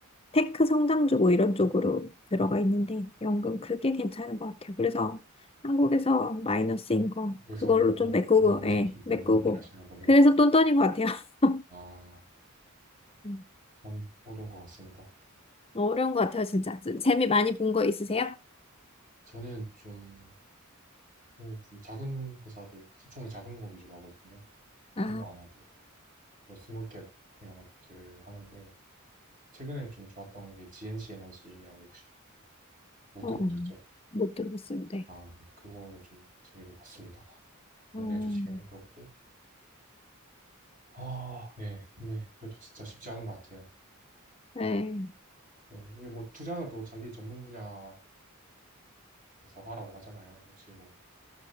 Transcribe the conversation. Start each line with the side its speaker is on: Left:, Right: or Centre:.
Left: 테크 성장주고 이런 쪽으로 들어가 있는데 연금 그게 괜찮은 것 같아요. 그래서 한국에서 마이너스인 거
Right: 한국에서
Left: 그걸로
Right: 읽고
Left: 좀 메꾸고,
Right: 미국에서
Left: 예,
Right: 좀
Left: 메꾸고.
Right: 벌고 이렇게 하시나 보네요.
Left: 그래서 똔똔인 것 같아요. <laughs>
Right: 아,
Left: 음,
Right: 참 어려운 것 같습니다.
Left: 어려운 것 같아요, 진짜. 좀 재미 많이 본 거 있으세요?
Right: 저는 좀 그래서 좀 작은 회사들, 시총이 작은 거 위주로 하거든요. 큰
Left: 아,
Right: 거 안 하고. 그래서 스몰캡 이런 것들 하는데, 최근에 좀 좋았던 게 GNC 에너지라고 혹시 못
Left: 어,
Right: 들어보셨죠?
Left: 어, 못 들어봤어요. 네.
Right: 아, 네. 그걸로 좀 재미를 봤습니다. 국내
Left: 어,
Right: 주식에는 그렇고. 아, 네. 근데 그래도 진짜 쉽지 않은 것 같아요.
Left: 네.
Right: 네. 이게 뭐 투자는 또 자기 전문 분야에서 하라고 하잖아요. 혹시 뭐